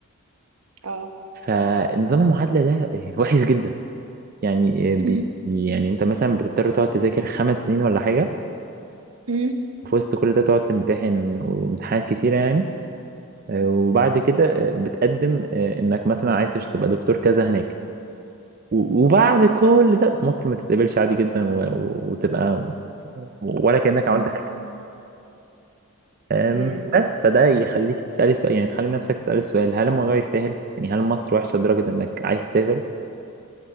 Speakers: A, on the right (about 75°); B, on the right (about 40°).
A: اه
B: فنظام المعادلة ده آه، وحش جدا يعني آه، بي
A: مم.
B: يعني أنت مثلا بتضطر تقعد تذاكر خمس سنين ولا حاجة
A: مم.
B: وفي وسط كل ده تقعد تمتحن وامتحانات كتيرة يعني آه، وبعد كده آه، بتقدم آه، إنك مثلا عايز تش- تبقى دكتور كذا هناك و- وبعد كل ده ممكن ما تتقبلش عادي جدا و- و- وتبقى ولا كأنك عملت
A: مم.
B: أم،
A: امم
B: بس فده يخليك تسألي سؤال يعني تخلي نفسك تسألي السؤال هل الموضوع يستاهل؟ يعني هل مصر وحشة لدرجة إنك عايز تسافر؟